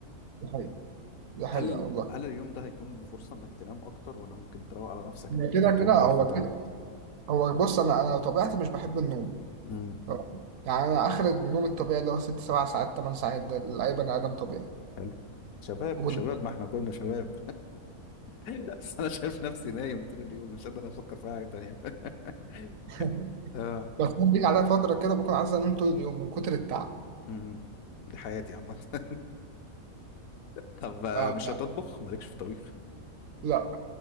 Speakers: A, on the right; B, on the left.
A: دي حقيقة دي حقيقة
B: هل
A: والله
B: هل اليوم ده هيكون فرصة إنك تنام أكتر ولا ممكن تروق على نفسك
A: هي
B: إنك تقوم
A: كده
B: تطبخ
A: كده هو
B: وتعمل
A: كده هو بص انا انا طبيعتي مش بحب النوم
B: امم
A: طبعاً. يعني انا اخر النوم الطبيعي اللي هو ست سبع ساعات ثمان ساعات ده لاي بني ادم طبيعي
B: حلو شباب
A: وال-
B: شباب ما إحنا كلنا شباب ايوه بس انا شايف نفسي نايم طول اليوم مش قادر افكر في حاجه تانية <laughs>
A: <laughs>
B: اه
A: بس ممكن بيجي عليا فتره كده بكون عايز انام طول اليوم من كتر التعب
B: امم دي حياتي عامه <laughs> طب آه،
A: آه
B: مش
A: لا
B: هتطبخ مالكش في الطبيخ
A: لا